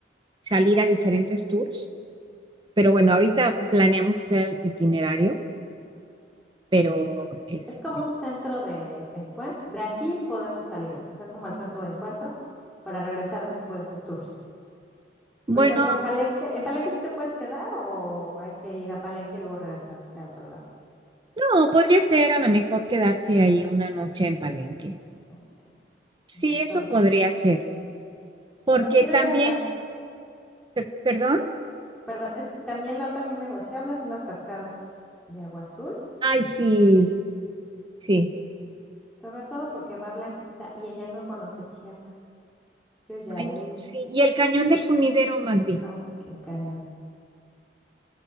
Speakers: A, on the right; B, in the centre.
A: salir a diferentes tours, pero bueno, ahorita planeamos hacer el itinerario, pero este,
B: Es como un centro de encuentro. De aquí podemos salir, o sea, como el centro de encuentro para regresar después de tours.
A: bueno,
B: Por ejemplo, en Palenque, ¿en Palenque sí te puedes quedar o hay que ir a Palenque y luego regresarte a otro lado?
A: no, podría ser a lo mejor quedarse ahí una noche en Palenque.
B: Ok,
A: Sí,
B: San Cristóbal.
A: eso podría ser, porque
B: Bueno, quiero
A: también,
B: ir a las...
A: per- perdón,
B: Perdón, es, también la otra no negociable son las cascadas de agua azul,
A: ay, sí, sí,
B: sobre todo porque va Blanquita y ella no conoce Chiapas. Yo ya
A: ay, no,
B: he ido.
A: sí. Y el cañón del sumidero, Magdi,
B: Ok, cañón.